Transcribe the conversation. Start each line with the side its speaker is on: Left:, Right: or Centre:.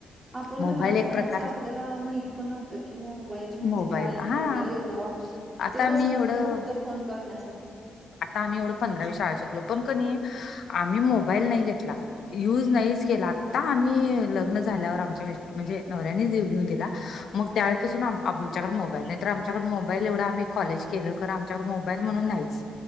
Right: आपण
Left: मोबाईल
Right: लहान असताना
Left: एक प्रकार
Right: असं आपल्याला माहित पण नव्हतं की, मोबाईल म्हणजे
Left: मोबाईल
Right: काय आणि
Left: हा
Right: मोबाईल एवढा वापर
Left: आता
Right: ते कसं
Left: मी एवढं
Right: म्हणजे फक्त फोन करण्यासाठी.
Left: आता आम्ही एवढं पंधरावी शाळा शकलो पण कणी आम्ही मोबाईल नाही घेतला. युज नाहीच केला आता आम्ही लग्न झाल्यावर आमच्या म्हणजे नवऱ्यानेच घेऊन दिला. मग त्यावेळेपासून आमच्याकडे मोबाईल नाही तर, आमच्याकड मोबाईल एवढं आम्ही कॉलेज केलं खरं आमच्याकड मोबाईल म्हणून नाही च